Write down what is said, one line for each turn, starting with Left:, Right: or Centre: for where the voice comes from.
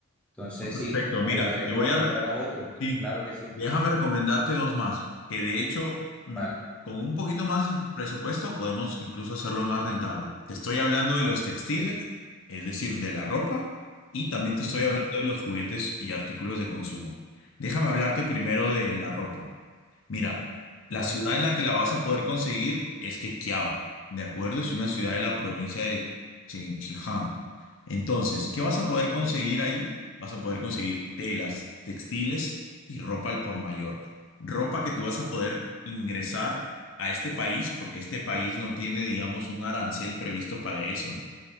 Centre: Entonces,
Left: Perfecto,
Centre: sí,
Left: mira,
Centre: me gustaría
Left: te
Centre: que
Left: voy
Centre: me mostraras
Left: a... re-
Centre: otro.
Left: Sí,
Centre: Claro que sí.
Left: déjame recomendarte dos más, que de hecho, mm,
Centre: Vale,
Left: con un poquito más de presupuesto podemos incluso hacerlo más rentable. Te estoy hablando de los textiles.
Centre: ok.
Left: es decir, de la ropa, y también te estoy
Centre: Ujú,
Left: hablando de los juguetes y artículos de consumo. Déjame hablarte primero
Centre: bien,
Left: de la ropa. Mira, la
Centre: Vale,
Left: ciudad en la que la vas a poder conseguir es Quequiao, ¿de acuerdo? Es una ciudad de la provincia de Chengchijang. Entonces, ¿qué vas a poder conseguir ahí? Vas a poder conseguir telas, textiles y ropa al por mayor. Ropa que tú vas a poder ingresar a este país porque este país no tiene, digamos, un arancel previsto para eso.